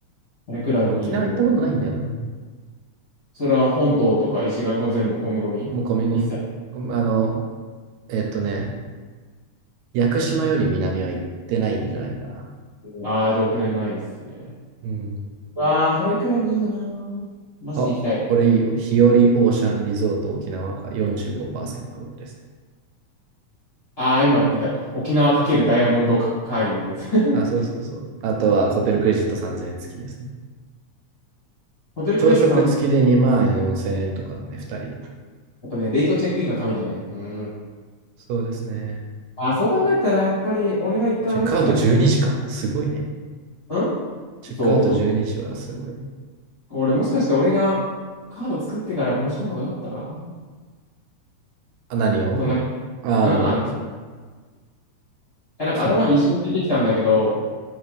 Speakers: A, on the left; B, on the right.
A: これくらいにいいよね。
B: から沖縄行ったことないんだよな。
A: それは本島とか石垣も全部込み込み一切。
B: もう込み込み。あの、えっとね、屋久島より南は行ってないんじゃないかな。
A: ああー、じゃあ沖縄ないですね。
B: うん。
A: うわあ、晴れくらにいいよなー。マジで行きたい。
B: あ、これいいよ。日和オーシャンリゾート沖縄が45%オフです。
A: ああ、今出た。沖縄×ダイヤモンド会員ってやつ。<laughs>
B: あ、そうそうそう。あとはホテルクレジット3000円付きですね。
A: ホテルクレジット3000。
B: 朝食付きで2万4千円とかだね、2人で。
A: やっぱね、レートチェックインが神だね。うん。
B: そうですね。
A: ああ、そう考えたら、やっぱり俺が一回アメックス入ってか
B: チェックアウト12時か。すごいね。
A: ら、うん
B: チェックアウト12時はすごいね。
A: そうそう。これもしかして俺がカード作ってから申し込んだ方がよかったか
B: あ、何を
A: そんな、
B: ああの、
A: うん、あの、え、なんか頭で一瞬出てきたんだけど、
B: さっきの。